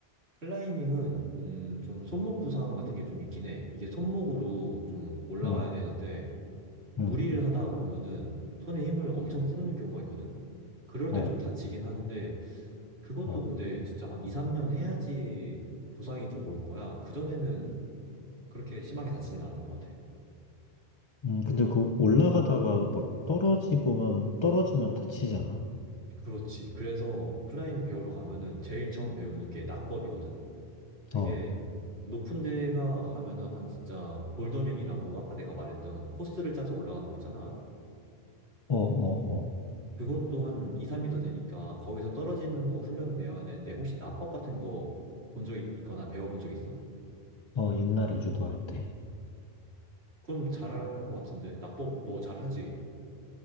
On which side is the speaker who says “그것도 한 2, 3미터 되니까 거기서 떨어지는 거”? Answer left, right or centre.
Right